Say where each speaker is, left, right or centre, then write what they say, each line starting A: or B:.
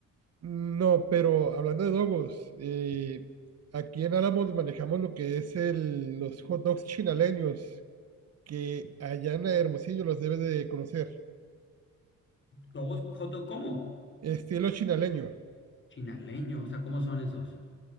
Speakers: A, on the right (about 55°); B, on the left (about 40°).
A: no, pero hablando de dogos, eh, aquí en Álamos manejamos lo que es el, los hot dogs chinaleños, que allá en Hermosillo los debes de conocer.
B: ¿Dogos co- cómo?
A: Estilo chinaleño.
B: Chinaleño, o sea, ¿cómo son esos?